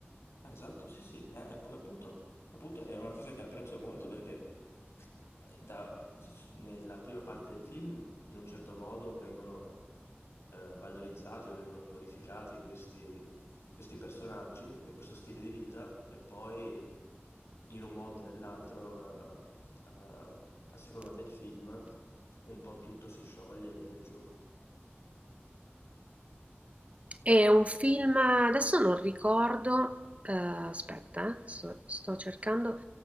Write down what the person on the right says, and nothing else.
È un film, adesso non ricordo, eh, aspetta, eh, sto, sto cercando